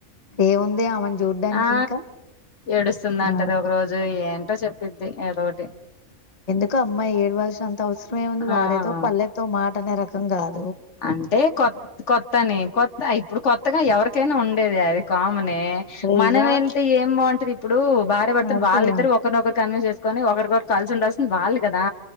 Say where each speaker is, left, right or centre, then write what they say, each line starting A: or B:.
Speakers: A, on the left; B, on the left.
A: ఏముంది ఆమెను చూడ్డానికి
B: ఆ
A: ఇంకా
B: ఏడుస్తుందంటది
A: ఆ
B: ఒక రోజు ఏ అంటా చెప్పిద్ది ఏదో ఒకటి
A: ఇంక అమ్మాయి ఏడవలసిన అంత అవసరముంది వాడైతో
B: ఆ
A: పల్లెతి ఒ మాట అనే రకం గాదు
B: అంటే కొత్త కొత్తని కొత్త ఇప్పుడు కొత్తగా ఎవరికైనా ఉండేదే అది కామనే
A: శ్రీజ
B: మనం వెళ్తే ఏం బాగుంటది ఇప్పుడు భార్య భర్తలు
A: అంతేగా
B: వాళ్ళిద్దరు ఒకరినొకరు కన్విన్స్ చేసుకొని ఒకరికొరు కలిసి ఉండాల్సింది వాళ్ కదా